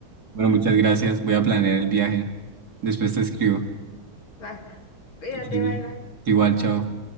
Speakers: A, on the right (about 50°); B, on the left (about 75°).
A: bueno, muchas gracias. Voy a planear el viaje. Después te escribo.
B: <laughs> Va, cuídate,
A: Que estés bien.
B: bye, bye.
A: Igual, chao.